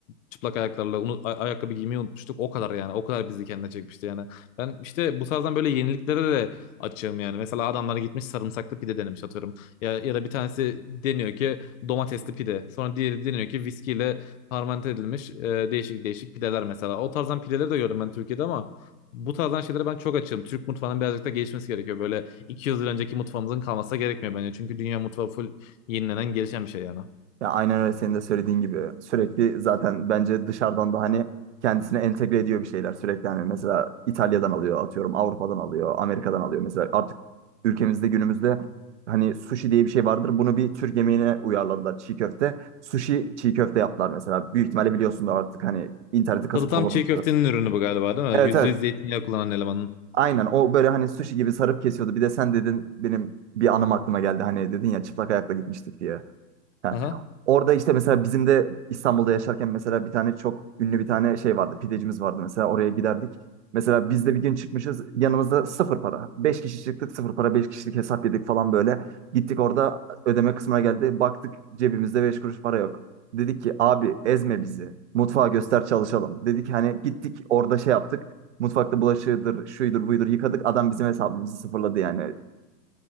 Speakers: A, on the left; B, on the right.
A: çıplak ayaklarla unu- a- ayakkabı giymeyi unutmuştuk. O kadar yani. O kadar bizi kendine çekmişti yani. Ben işte bu tarzdan böyle yeniliklere de açığım yani. Mesela adamlara gitmiş sarımsaklı pide denemiş atıyorum. Ya, ya da bir tanesi deniyor ki domatesli pide. Sonra diğeri deniyor ki viskiyle fermente edilmiş e, değişik değişik pideler mesela. O tarzdan pideleri de gördüm ben Türkiye'de ama bu tarzdan şeylere ben çok açığım. Türk mutfağının birazcık da gelişmesi gerekiyor. Böyle 200 yıl önceki mutfağımızın kalması gerekmiyor bence. Çünkü dünya mutfağı full yenilenen, gelişen bir şey yani.
B: Ya aynen öyle senin de söylediğin gibi sürekli zaten bence dışarıdan da hani kendisine entegre ediyor bir şeyler sürekli hani mesela İtalya'dan alıyor atıyorum Avrupa'dan alıyor Amerika'dan alıyor mesela artık ülkemizde günümüzde hani sushi diye bir şey vardır bunu bir Türk yemeğine uyarladılar çiğ köfte sushi çiğ köfte yaptılar mesela büyük ihtimalle biliyorsun da artık hani interneti kasıp
A: Salatam
B: kavurmuştu.
A: çiğ köftenin ürünü bu galiba değil mi?
B: Evet
A: Yüzde
B: evet
A: yüz zeytinyağı kullanan elemanın.
B: aynen o böyle hani sushi gibi sarıp kesiyordu bir de sen dedin benim bir anım aklıma geldi hani dedin ya çıplak ayakla gitmiştik diye. Ha.
A: Aha.
B: Orada işte mesela bizim de İstanbul'da yaşarken mesela bir tane çok ünlü bir tane şey vardı. Pidecimiz vardı mesela oraya giderdik. Mesela biz de bir gün çıkmışız yanımızda sıfır para. Beş kişi çıktık sıfır para beş kişilik hesap yedik falan böyle. Gittik orada ödeme kısmına geldi. Baktık cebimizde beş kuruş para yok. Dedik ki abi ezme bizi. Mutfağa göster çalışalım. Dedik hani gittik orada şey yaptık. Mutfakta bulaşığıdır, şuydur, buydur yıkadık. Adam bizim hesabımızı sıfırladı yani.